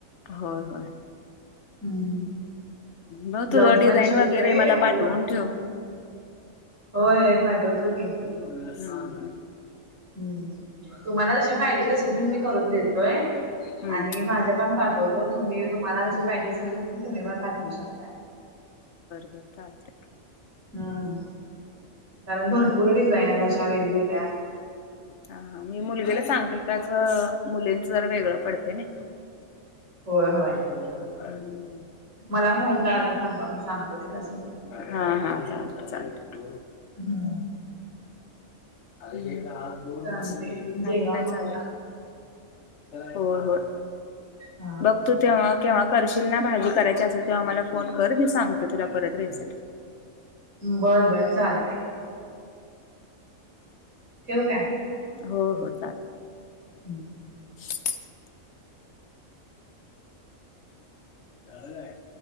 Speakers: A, on the left (about 60°); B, on the right (about 70°).
A: होय होय.
B: हम्म
A: बघ
B: ब्लाऊज
A: तुलं डिझाईन
B: पण शिवतोय
A: वगैरे मला
B: आरीवर्क
A: पाठवून ठेव.
B: पण होय पाठवतो की.
A: हम्म हम्म.
B: हम्म तुम्हाला जशे पाहिजे तशे बिन मी करून देतोय.
A: हम्म
B: आणि माझ्या पण पाठवतो तुम्ही तुम्हाला कशी पाहिजे असेल तर ती तुम्ही पण पाठवू शक
A: बर चालते.
B: हम्म कारण भरपूर डिझाईन आहेत अशा वेगवेगळ्या.
A: हा हा मी मुलगीला सांगतील त्याचा मुलींचा जरा वेगळं पडते ना.
B: होय होय.
A: <unintelligible> आलेत. <unintelligible>
B: मला फोन लायला सांगा मी सांगतो तिला सगळं.
A: हा हा चालत चालत.
B: हम्म.
A: हम्म
B: चालतय जेवा
A: आणि काय
B: मग
A: चाललय?
B: आता.
A: होय होय
B: हा.
A: बघ तू तेव्हा केव्हा करशील ना भाजी करायची असेल तेव्हा मला फोन कर मी सांगते तुला परत रेसिपी.
B: बरं बरं चालतय ठेवू का?
A: हो हो चाल.
B: हम्म.
A: <unintelligible> जागा आहे.